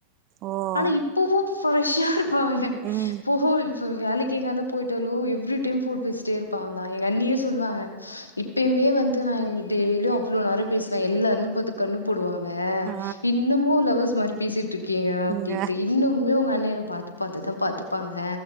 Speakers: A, on the right; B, on the left.
A: ஓ
B: ஆனா இப்பவு ப்ரஷ்ஷா இருப் பாங்க
A: ம்
B: ப்போ இப்போ வேலைக்கு எங்கனாலு போயிட்டாலு எவ்ரி டைம் ஃபோன் பேசிட்டே இருப் பாங்ளா எங்க அண்ணியே சொல்லுவாங்க இப்பயுமே வந்து நா என் டெய்லியு அவ்ளோ நேரோ பேசுவ எல்லாருமே பாத்து கண்ணு போடுவாங்க
A: ஆ
B: இன்னமு லவர்ஸ் மாரி பேசிட்ருக்கீங்க அப்டின்ட்டு
A: இங்க
B: இ இன்னுமே உங்க அண்ண என்ன பாத்து பாத்துதா பாத்துப்பாங்க